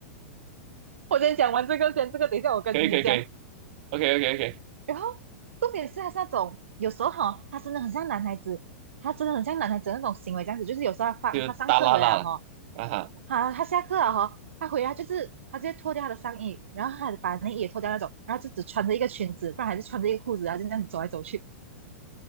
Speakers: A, on the right; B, on the right.
A: 我先讲完这个先，这个等一下我跟你讲。
B: 可以可以可以，OK OK OK，
A: 然后重点是他是那种有时候哈、他真的很像男孩子，他真的很像男孩子那种行为这样子，就是有时候他放他上课回来哈、
B: 就大拉啦了啊哈。
A: 好，他下课了哈、他回来就是他直接脱掉他的上衣，然后他把内衣也脱掉那种，然后就只穿着一个裙子，不然还是穿着一个裤子，然后就这样走来走去。